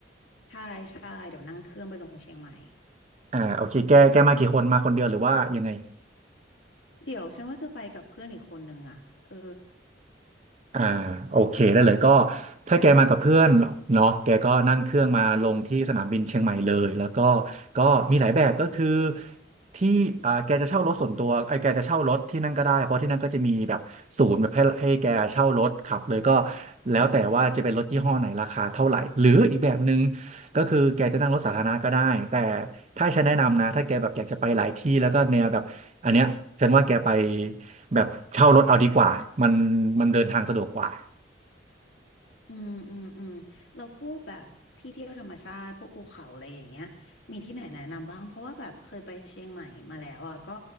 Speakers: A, on the left; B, on the right.
A: ใช่ใช่เดี๋ยวนั่งเครื่องไปลงเชียงใหม่
B: อ่าโอเคแกแกมากี่คน มาคนเดียวหรือว่ายังไง
A: เดี๋ยวฉันว่าจะไปกับเพื่อนอีกคนนึงอ่ะเออ
B: อ่าโอเคได้เลยก็ถ้าแกมากับเพื่อนเนาะแกก็นั่งเครื่องมาลงที่สนามบินเชียงใหม่เลยแล้วก็ก็มีหลายแบบก็คือที่อ่าแกจะเช่ารถส่วนตัวไอ้แกจะเช่ารถที่นั่นก็ได้เพราะที่นั่นก็จะมีแบบศูนย์แบบให้ให้แกเช่ารถขับเลยก็แล้วแต่ว่าจะเป็นรถยี่ห้อไหนราคาเท่าไหร่หรืออีกแบบหนึ่ง
A: อืม
B: ก็คือแกจะนั่งรถสาธารณะก็ได้แต่ถ้าฉันแนะนำนะถ้าแกแบบอยากจะไปหลายที่แล้วก็แนวแบบอันเนี้ยฉันว่าแกไป แบบเช่ารถเอาดีกว่ามันมันเดินทางสะดวกกว่า
A: อืมอืมเราพวกแบบที่เที่ยวธรรมชาติพวกภูเขาอะไรอย่างเงี้ยมีที่ไหนแนะนำบ้างเพราะว่าแบบเคยไปเชียงใหม่มาแล้วอ่ะก็